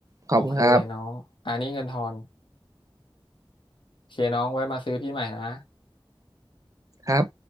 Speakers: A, on the right; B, on the left.
A: ขอบคุณครับ
B: โอเคน้องอันนี้เงินทอนโอเคน้องไว้มาซื้อพี่ใหม่นะ
A: ครับ